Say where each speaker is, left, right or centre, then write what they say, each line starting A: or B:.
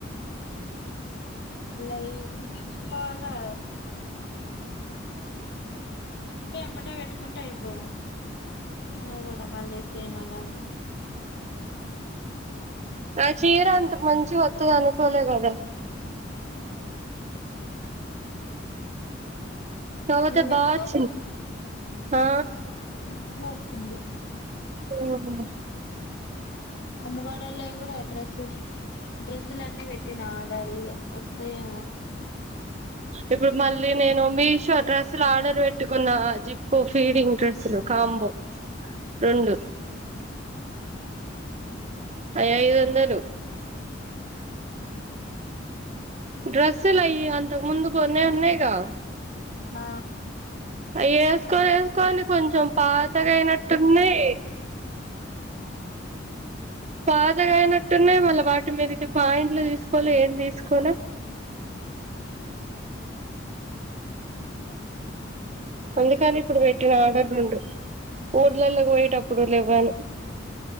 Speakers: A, on the left; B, on the right.
A: పులయి కుట్టిచ్చుకోవాలా అప్పే ఏమంటే పెట్టుకుంటే అయిపోవు నువు కూడా మళ్లి సేమ్ అలాంటివి
B: ఆ చీర అంత మంచిగా వత్తది అనుకోలే గదా తవాత
A: మళ్ళీ
B: బావచ్చింది
A: పెట్టుకోవచ్చు
B: ఆ
A: సినిమా ఓచ్చింది
B: ఆహా
A: అమ్మవాడల్లై కూడా అడ్రస్సు డ్రెస్సులన్నీ పెట్టినా ఆర్డరూ ఇగ వస్తాయేమో
B: ఇప్పుడు మళ్లీ నేను మీషో డ్రస్సులు ఆర్డర్ పెట్టుకున్నా జిప్పు ఫీడింగ్ డ్రెస్సులు కాంబో రెండు ఐ ఐదువందలు డ్రెస్సులు అయ్యి అంతకు ముందు కొన్నై ఉన్నయ్ గా
A: ఆ
B: అయ్యి ఏసుకొని ఏసుకొని కొంచెం పాతగా అయినట్టున్నై పాతగైనట్టున్నై మళ్ళీ వాటి మీదకి పాయింట్లు తీసుకోలే ఏం తీసుకోలే అందుకని ఇప్పుడు పెట్టిన ఆర్డర్ రెండు ఊర్లల్లకి పోయేటప్పుడు లెవ్వనీ